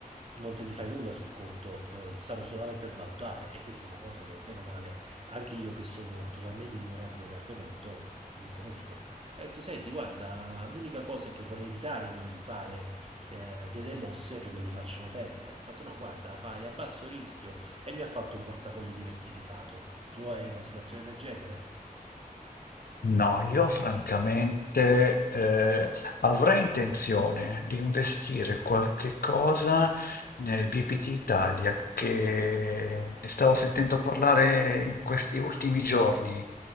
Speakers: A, on the right (about 40°); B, on the left (about 80°).
A: non te li fai nulla sul conto, eh, stanno solamente a svalutare e questa è una cosa che bene o male anche io che sono totalmente ignorante dell'argomento non conosco. Ho detto, senti, guarda, l'unica cosa è che vorrei evitare di fare eh, delle mosse che me li facciano perdere. Ha fatto, no, guarda, fai a basso rischio e mi ha fatto un portafoglio diversificato. Tu hai una situazione del genere?
B: No, io francamente eh, avrei intenzione di investire qualche cosa nel BPT Italia che ne stavo sentendo parlare in questi ultimi giorni,